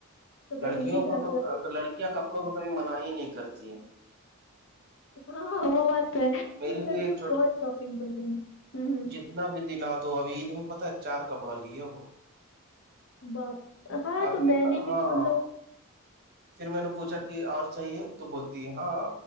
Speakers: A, on the left; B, on the right.
A: تو کہیں
B: لڑکیوں
A: گے گھر
B: کو لڑکیاں کپڑوں کو کبھی من ہی نہیں کرتی
A: ہاں ہاں وہ بات تو ہے
B: میری
A: کیونکہ
B: بھی
A: لڑکی
B: ایک
A: بہت شاپنگ پی ہ ہ
B: اتنا بھی دلا دو ابھی تمہیں پتا ہے چار کپڑا لییا وہ
A: باپ ہاں
B: ابھی
A: تو میں نے بھی
B: ہاں
A: تو مطلب
B: پھر میں نے پوچھا کہ اور چاہیے تو بولتی ہے ہاں